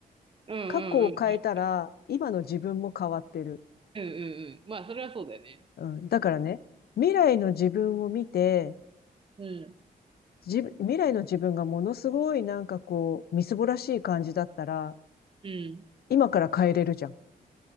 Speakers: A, on the right; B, on the left.
A: うんうんうん。
B: 過去を変えたら、今の自分も変わってる。
A: うんうんうん。まあ、それはそうだよね。
B: うん。だからね、未来の自分を見て、
A: うん。
B: 自分、未来の自分がものすごいなんかこう、みすぼらしい感じだったら、
A: うん。
B: 今から変えれるじゃん。